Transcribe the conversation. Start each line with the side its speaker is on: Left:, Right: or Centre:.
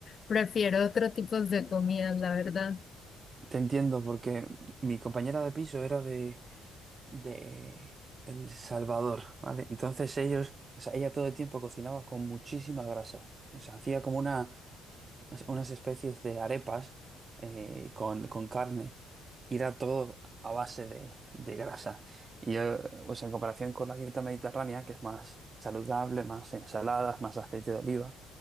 Left: prefiero otro tipo de comida, la verdad.
Right: Te entiendo, porque mi compañera de piso era de, de El Salvador, ¿vale? Entonces ellos, o sea, ella todo el tiempo cocinaba con muchísima grasa. O sea, hacía como una, unas especies de arepas eh, con, con carne y era todo a base de, de grasa. Y yo, pues en comparación con la dieta mediterránea, que es más saludable, más ensaladas, más aceite de oliva,